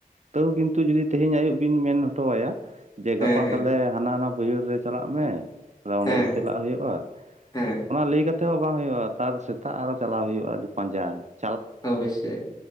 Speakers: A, on the right (about 50°); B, on the left (about 25°).
A: ᱛᱟᱹᱣ ᱠᱤᱱᱛᱩ ᱡᱩᱫᱤ ᱛᱮᱦᱤᱧ ᱟᱭᱩᱵ ᱵᱮᱱ ᱢᱮᱱ ᱦᱚᱴᱚ ᱟᱭᱟ ᱾ ᱡᱮ ᱜᱟᱯᱟ
B: ᱦᱮᱸ ᱦᱮᱸ
A: ᱛᱟᱦᱞᱮ ᱦᱟᱱᱟ ᱵᱟᱹᱭᱦᱟᱹᱲ ᱨᱮ ᱪᱟᱞᱟᱜ ᱢᱮ ᱟᱫᱚ ᱚᱸᱰᱮ
B: ᱦᱮᱸ
A: ᱵᱷᱤᱛᱟᱹ ᱞᱟᱜ ᱦᱩᱭᱩᱜᱼᱟ ᱾
B: ᱦᱮᱸ
A: ᱚᱱᱟ ᱞᱟᱹᱭ ᱠᱟᱛᱮ ᱦᱚᱸ ᱵᱟᱝ ᱦᱩᱭᱩᱜᱼᱟ ᱾ ᱛᱟᱨ ᱥᱮᱛᱟᱜ ᱟᱨᱚ ᱪᱟᱞᱟᱣ ᱦᱩᱭᱩᱜᱼᱟᱮ ᱯᱟᱸᱡᱟ ᱾
B: ᱚᱵᱚᱥᱥᱳᱭ